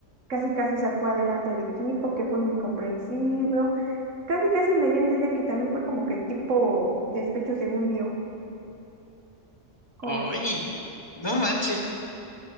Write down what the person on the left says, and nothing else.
Ay,
no manches,